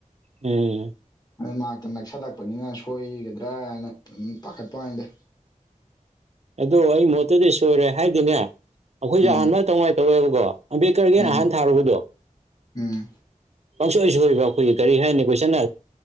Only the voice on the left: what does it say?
ꯑꯗꯨ ꯃꯇ ꯅꯛꯁꯜꯂꯛꯄꯅꯤꯅ ꯁꯣꯏꯒꯗ꯭ꯔꯥꯅ ꯄꯥꯈꯠꯄ ꯉꯗꯦ
ꯎꯝ
ꯎꯝ
ꯎꯝ